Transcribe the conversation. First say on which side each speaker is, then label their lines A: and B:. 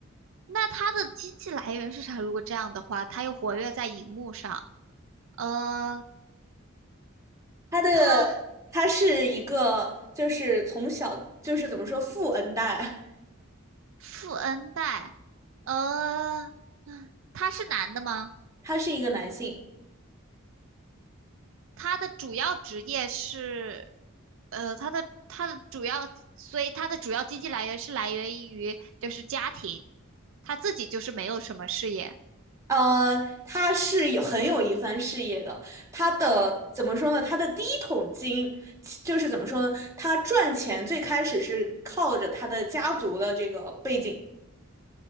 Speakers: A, on the right; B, on the right.
A: 那他的经济来源是啥？如果这样的话，他又活跃在荧幕上，呃，
B: 他的
A: 他
B: 他是一个，就是从小就是怎么说富恩代，
A: 富恩代，呃，嗯他是男的吗？
B: <laughs> 他是一个男性，
A: 他的主要职业是，呃，他的他的主要，所以他的主要经济来源是来源于就是家庭，他自己就是没有什么事业
B: 呃，他是有很有一番事业的。他的怎么说呢？
A: 啊。
B: 他的第一桶金其就是怎么说呢？他赚钱最开始是靠着他的家族的这个背景，